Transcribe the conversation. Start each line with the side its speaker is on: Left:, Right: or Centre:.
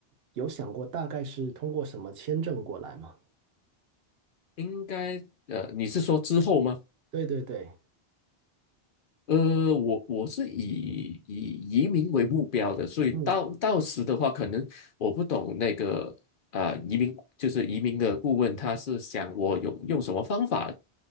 Right: 有想过大概是通过什么签证过来吗？
Left: 应该呃，你是说之后吗？
Right: 对对对，
Left: 呃，我我是以以移民为目标的，所以到到时的话，
Right: 嗯，
Left: 可能我不懂那个啊、呃移民就是移民的顾问，他是想我有用什么方法